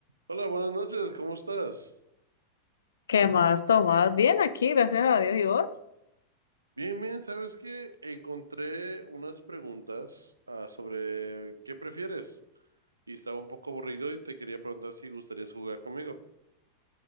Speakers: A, on the right; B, on the left.
A: Hola, buenas noches, ¿cómo estás?
B: ¿Qué más, Tomás? Bien aquí, gracias a Dios y vos.
A: Bien, bien, ¿sabes qué? Encontré unas preguntas ah, sobre qué prefieres y estaba un poco aburrido y te quería preguntar si gustarías jugar conmigo.